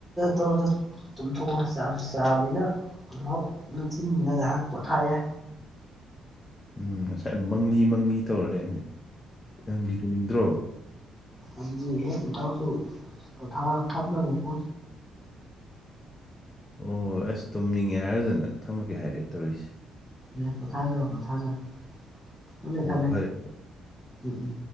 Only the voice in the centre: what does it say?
ꯇꯧꯔ ꯇꯨꯝꯊꯣꯛꯑ ꯆꯥꯁꯨ ꯆꯥꯕꯅꯤꯅ ꯑꯃꯨ ꯅꯤꯡꯊꯤꯅꯤꯅ ꯉꯥꯏꯍꯥꯛ ꯄꯣꯊꯥ ꯌꯥꯏ
ꯑꯗꯨꯗꯤ ꯍꯦꯛ ꯏꯇꯥꯎꯁꯨ ꯄꯣꯊꯥ ꯊꯞꯅꯒꯦ ꯄꯣ
ꯎꯝ ꯄꯣꯊꯥꯖꯔꯣ ꯄꯣꯊꯥꯖꯔꯣ ꯊꯝꯃꯦ
ꯊꯝꯃꯦ
ꯎꯝ ꯎꯝ